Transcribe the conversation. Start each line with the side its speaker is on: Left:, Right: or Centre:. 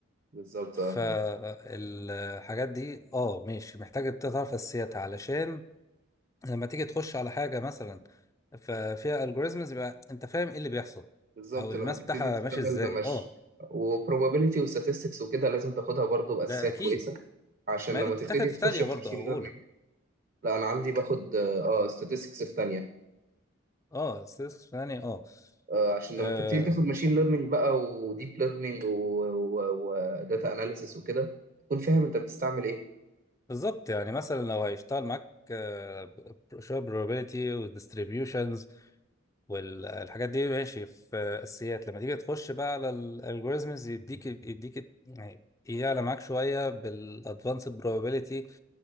Right: بالظبط
Left: فالحاجات
Right: اه
Left: دي اه ماشي محتاج تعرف اساسياتها علشان لما تيجي تخش على حاجه مثلا ففيها الجوريزمز يبقى انت فاهم ايه اللي بيحصل
Right: بالظبط
Left: او الماس
Right: لما تبتدي
Left: بتاعها
Right: تشتغل
Left: ماشي ازاي
Right: بمش
Left: اه
Right: وبروبابيلتي وستاتستكس وكده لازم تاخدها برضو باساسيات
Left: ده اكيد
Right: كويسه عشان
Left: ما
Right: لما
Left: دي بتتاخد
Right: تبتدي
Left: في
Right: تخش
Left: تانية
Right: في
Left: برضه
Right: ماشين
Left: او
Right: ليرنينج
Left: اولى
Right: لا انا عندي باخد اه ستاتستكس في تانية
Left: اه statistics في تانية اه
Right: آه، عشان
Left: آه،
Right: لما تبتدي تاخد ماشين ليرنينج بقى وديب ليرنينج وداتا اناليسيس وكده تكون فاهم انت بتستعمل ايه
Left: بالظبط يعني مثلا لو هيشتغل معاك آه، شويه probability والديستريبيوشنز والحاجات دي ماشي في اساسيات لما تيجي تخش بقى على الالجوريزمز يديك يديك يعني يعلى معاك شويه بالادفانسد probability